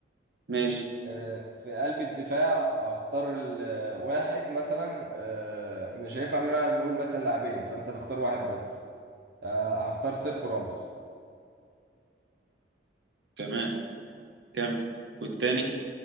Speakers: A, on the right; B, on the right.
A: ماشي
B: آه، في قلب الدفاع اختار ال- واحد مثلا آه، مش هينفع ان انا نقول مثلا لاعبين فانت تختار واحد بس آه، هختار سيرخو راموس
A: تمام كم والتاني